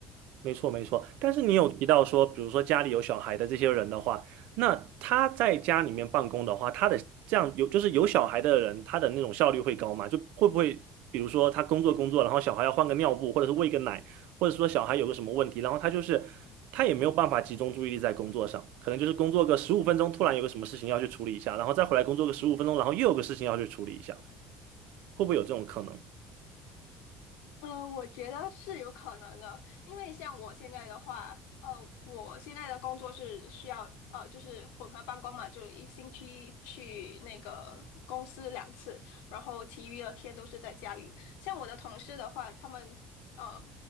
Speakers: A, on the right (about 70°); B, on the left (about 80°).
A: 没错，没错。但是你有提到说，比如说家里有小孩的这些人的话，那他在家里面办公的话，他的这样有就是有小孩的人，他的那种效率会高吗？就会不会，比如说他工作工作，然后小孩要换个尿布，或者是喂个奶，或者说小孩有个什么问题，然后他就是他也没有办法集中注意力在工作上，可能就是工作个十五分钟，突然有个什么事情要去处理一下，然后再回来工作个十五分钟，然后又有个事情要去处理一下，会不会有这种可能？
B: 呃，我觉得是有可能的，因为像我现在的话，呃，我现在的工作是需要呃，就是混合办公嘛，就一星期去那个公司两次，然后其余的天都是在家里。像我的同事的话，他们呃